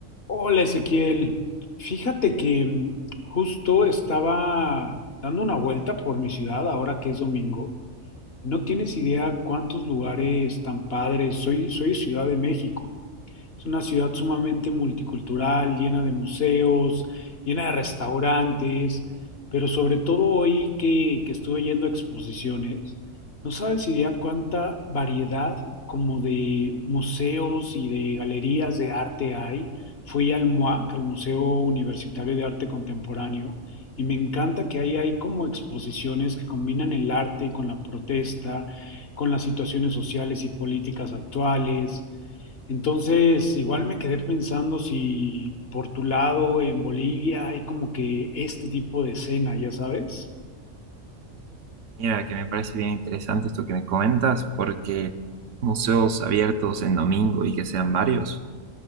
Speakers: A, on the left; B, on the right.
A: Hola Ezequiel, fíjate que mm, justo estaba dando una vuelta por mi ciudad ahora que es domingo. No tienes idea cuántos lugares tan padres. Soy, soy de Ciudad de México es una ciudad sumamente multicultural, llena de museos, llena de restaurantes, pero sobre todo hoy que, que estuve yendo a exposiciones, no sabes idea cuánta variedad como de museos y de galerías de arte hay. Fui al MUAC, al Museo Universitario de Arte Contemporáneo, y me encanta que ahí hay como exposiciones que combinan el arte con la protesta, con las situaciones sociales y políticas actuales. Entonces, igual me quedé pensando si por tu lado en Bolivia hay como que este tipo de escena, ya sabes.
B: Mira, que me parece bien interesante esto que me comentas, porque museos abiertos en domingo y que sean varios